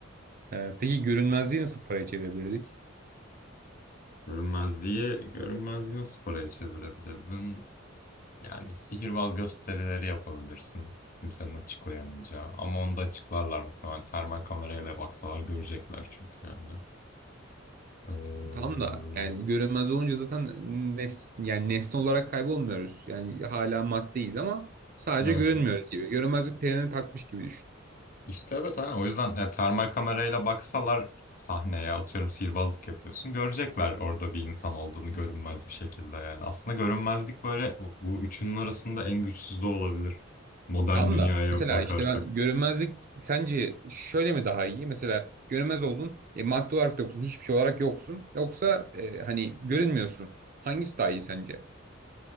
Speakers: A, on the right; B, on the left.
A: E, peki görünmezliği nasıl paraya çevirebilirdik?
B: Görünmezliği, görünmezliği nasıl paraya çevirebilirdin? Yani sihirbaz gösterileri yapabilirsin. Kimsenin açıklayamayacağı. Ama onu da açıklarlar muhtemelen. Termal kamerayla baksalar görecekler çünkü yani. Ee,
A: Tam da yani görünmez olunca zaten nes yani nesne olarak kaybolmuyoruz. Yani hala maddeyiz ama sadece
B: öyle.
A: görünmüyoruz gibi. Görünmezlik pelerini takmış gibi düşün.
B: İşte evet hani o yüzden yani termal kamerayla baksalar sahneye atıyorum sihirbazlık yapıyorsun. Görecekler orada bir insan olduğunu görünmez bir şekilde yani. Aslında görünmezlik böyle bu bu üçünün arasında en güçsüz de olabilir. Modern
A: Tam
B: dünyaya
A: da mesela
B: bakarsak.
A: işte ben görünmezlik sence şöyle mi daha iyi? Mesela görünmez oldun, e, madde olarak yoksun, hiçbir şey olarak yoksun. Yoksa e, hani görünmüyorsun. Hangisi daha iyi sence?